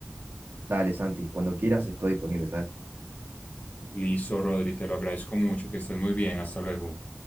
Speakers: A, on the right; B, on the left.
A: Dale, Santi, cuando quieras estoy disponible, ¿sabes?
B: Listo, Rodri, te lo agradezco mucho, que estés muy bien, hasta luego.